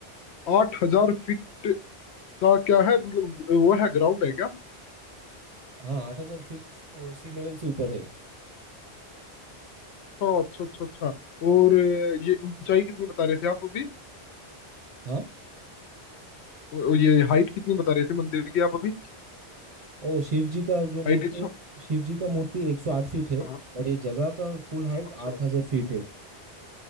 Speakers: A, on the left; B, on the right.
A: आठ हजार फीट का क्या है मतलब वो है ग्राउंड है क्या
B: हाँ आठ हजार फीट सी लेवल से ऊपर है
A: अच्छा अच्छा अच्छा अच्छा और अ, ये ऊंचाई कितनी बता रहे थे आप अभी
B: हाँ
A: अ, ये हाइट कितनी बता रहे थे मंदिर की आप अभी
B: ओ शिव जी का जो मूर्ति
A: हाइट एक सौ
B: शिव जी का मूर्ति 108 फीट है
A: हाँ
B: और ये जगह का कुल हाइट
A: अच्छा
B: 8000 फीट है